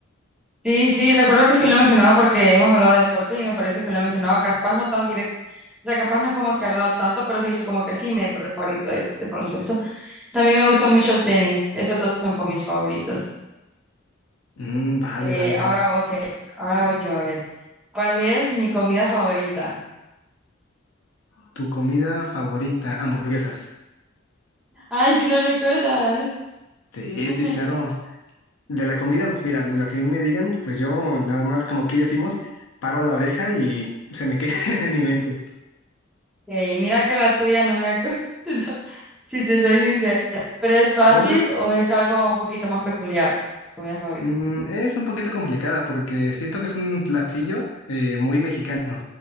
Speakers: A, in the centre; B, on the left.
A: Sí, sí, recuerdo que sí lo he mencionado porque hemos hablado de deporte y me parece que lo he mencionado capaz no tan directo. O sea, capaz no es como que he hablado tanto, pero sí he dicho como que sí, mi deporte favorito es el baloncesto. También me gusta mucho el tenis. Estos dos son con mis favoritos.
B: Mm, vale,
A: Eh,
B: vale, vale.
A: ahora vos que, ahora voy yo a ver. ¿Cuál es mi comida favorita?
B: ¿Tu comida favorita? Hamburguesas.
A: Ay, si lo recuerdas.
B: Sí,
A: <laughs>
B: sí, claro. De la comida, pues, mira, de lo que a mí me digan, pues yo nada más, como aquí decimos, paro a la oreja y se me queda <laughs> en mi mente.
A: Ey, mira que la tuya no me acuerdo, <laughs> si te soy sincera. ¿Pero es fácil
B: Bueno,
A: o es algo un poquito más peculiar? Comida favorita.
B: Mm, es un poquito complicada porque siento que es un platillo eh, muy mexicano.